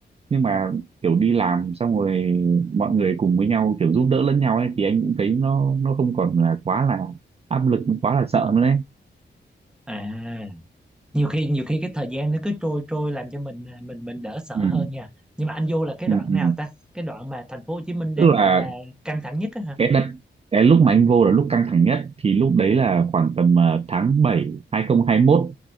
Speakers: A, on the right; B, in the centre.
A: nhưng mà kiểu đi làm xong rồi mọi người cùng với nhau kiểu giúp đỡ lẫn nhau ấy thì anh cũng thấy nó nó không còn là quá là áp lực quá là sợ nữa
B: à nhiều khi nhiều khi cái thời gian nó cứ trôi trôi làm cho mình à, mình mình đỡ sợ
A: đấy
B: hơn nha nhưng mà anh vô là cái
A: Ừ,
B: đoạn
A: ừ.
B: nào ta cái đoạn mà thành phố Hồ Chí Minh đang
A: Tức là
B: gọi là căng thẳng nhất á hả
A: cái đợt cái lúc mà anh vô là lúc căng thẳng nhất thì lúc đấy là khoảng tầm ờ, tháng 7 2021